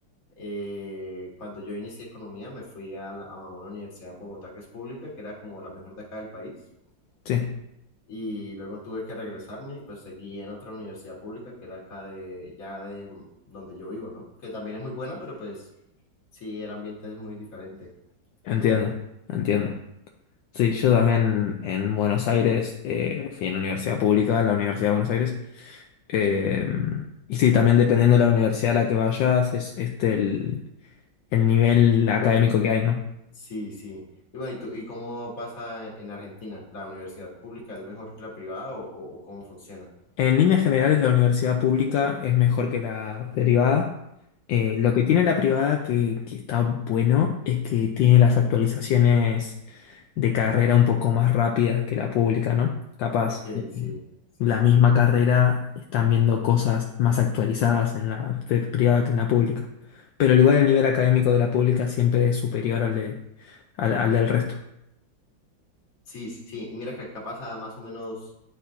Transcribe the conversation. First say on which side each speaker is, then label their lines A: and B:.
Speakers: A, on the left; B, on the left.
A: eh, cuando yo inicié economía me fui a, la- a una universidad en Bogotá que es pública, que era como la mejor de acá del país.
B: Sí,
A: y luego tuve que regresarme y pues seguí en otra universidad pública que era acá de, ya de donde yo vivo, ¿no? Que también es muy buena, pero pues sí, el ambiente es muy diferente.
B: entiendo, entiendo. Sí, yo también en Buenos Aires eh, fui en la universidad pública, la Universidad de Buenos Aires. Eh, y sí, también dependiendo de la universidad a la que vayas, es este el, el nivel académico que hay, ¿no?
A: Sí, sí. Y bueno, ¿y tú, y cómo pasa en en Argentina? ¿La universidad pública es mejor que la privada o, o- o cómo funciona?
B: En líneas generales, la universidad pública es mejor que la derivada. Eh,
A: Ok,
B: lo que tiene la privada que, que está bueno es que tiene las actualizaciones de carrera un poco más rápidas que la pública, ¿no? Capaz,
A: ok,
B: eh,
A: sí, sí,
B: la
A: sí.
B: misma carrera están viendo cosas más actualizadas en la fe- privada que en la pública. Pero al igual el nivel académico de la pública siempre es superior al de, al, al del resto.
A: Sí, sí, sí. y mira que acá pasa más o menos,